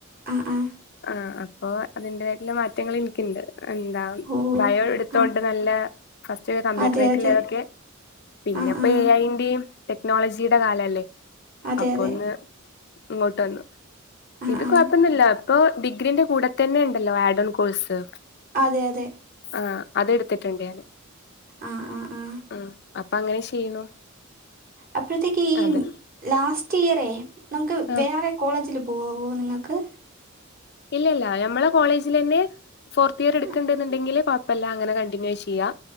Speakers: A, on the right; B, on the left.
A: അഹ് ആഹ്
B: ആഹ് അപ്പൊ അതിന്റെതായിട്ടുള്ള മാ റ്റങ്ങള് ഇൻക്ക്ണ്ട് എന്താ
A: ഓ
B: ബായോ എടുത്തോണ്ട്
A: ആ
B: നല്ല ഫസ്റ്റ്ഒക്കെ കമ്പ്യൂട്ടർനേറ്റ്ല്ലതൊക്കെ.
A: അതെ അതെ
B: പിന്നെ
A: ആ
B: ഇപ്പോ
A: ആ
B: എ ഐ ന്റിം ടെക്നോളജിയുടെ കാലല്ലേ
A: അതെ
B: അപ്പ
A: അതെ
B: ഒന്ന്. ഇങ്ങോട്ട് വന്നു
A: ആ
B: ഇത്
A: ആ
B: കൊഴപ്പന്നുല്ല ഇപ്പൊ ഡിഗ്രിന്റെ കൂടെ തന്നെ ഇണ്ടല്ലോ ആഡോൺ കോഴ്സ്.
A: അതെ അതെ
B: ആഹ് അതെട്ത്തിട്ട്ണ്ട് ഞാന്
A: ആ ആ ആ
B: ആഹ് അപ്പ അങ്ങനെ ചെയ്യ്ണു.
A: അപ്പഴ്ത്തേക്ക് ഈ
B: അതെ
A: ലാസ്റ്റ് ഇയറേ നമുക്ക്
B: ആ
A: വേറെ കോളേജില് പോകാവോ നിങ്ങക്ക്.
B: ഇല്ലല്ല ഞമ്മളെ കോളേജിലെന്നെ ഫോർത്ത് ഇയർ ഇട്ക്ക്ണ്ട്ന്ന്ണ്ടെങ്കില്
A: ആ
B: കൊഴ് പ്പല്ല അങ്ങനെ കണ്ടിന്യൂ ചെയ്യാ